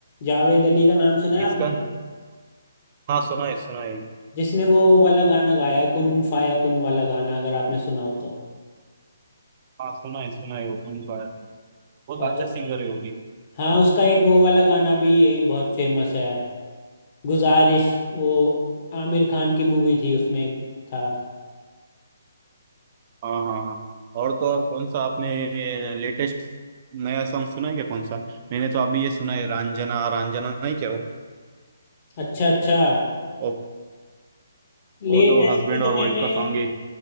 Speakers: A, on the left; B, on the right.
A: जावेद अली का नाम सुना है
B: इसका
A: आपने
B: हाँ सुना है सुना है
A: जिसने वो वाला गाना गाया है कुन फाया कुन वाला गाना अगर आपने सुना हो तो
B: हाँ सुना है सुना है वो कौन सा आया था बहुत
A: और
B: अच्छा सिंगर है वो भी
A: हाँ उसका एक वो वाला गाना भी यही बहुत फेमस है गुजारिश वो आमिर खान की मूवी थी उसमें एक था
B: हाँ हाँ हाँ और तो और कौन सा आपने लेटेस्ट नया सॉन्ग सुना है क्या कौन सा मैंने तो अभी ये सुना है रंजना रंजना नहीं क्या वो
A: अच्छा अच्छा
B: वो, वो
A: लेटेस्ट
B: दो हस्बैंड
A: में तो
B: और वाइफ
A: मैंने
B: का सॉन्ग है